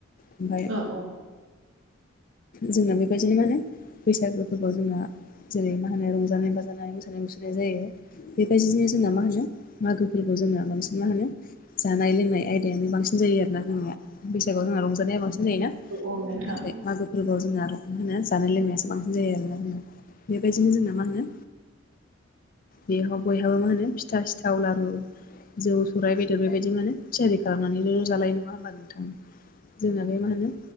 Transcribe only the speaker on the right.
औ
औ नोंथां